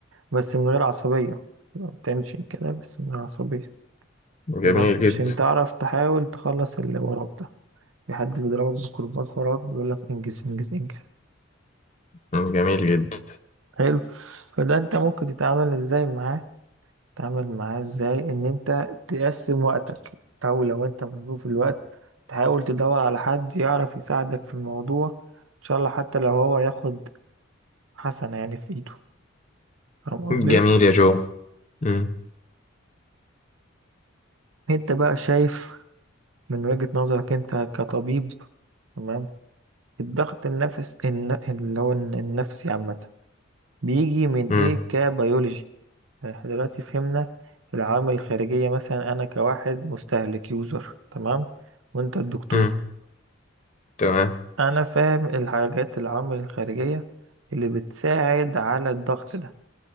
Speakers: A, on the right; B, on the left.
A: بس من غير عصبية تبقى بتنشن كده بس من غير عصبية
B: جميل
A: تمام
B: جدا
A: عشان تعرف تحاول تخلص اللي وراك ده في حد بيضربك بكرباج وراك بيقولك انجز انجز انجز
B: مم. جميل جدا
A: حلو فده انت ممكن تتعامل ازاي معاه تعمل معاه ازاي ان انت تقسم وقتك او لو انت مظلوم في الوقت تحاول تدور على حد يعرف يساعدك في الموضوع ان شاء الله حتى لو هو ياخد حسنة يعني في ايده فاهم قصدي
B: جميل يا جو مم.
A: انت بقى شايف من وجهة نظرك انت كطبيب تمام الضغط النفس الن... اللي هو الن- النفسي عامة بيجي من ايه
B: مم.
A: كبيولوجي يعني احنا دلوقتي فهمنا العوامل الخارجية مثلا انا كواحد مستهلك يوزر تمام وانت الدكتور
B: مم. تمام
A: انا فاهم الحاجات العوامل الخارجية اللي بتساعد على الضغط ده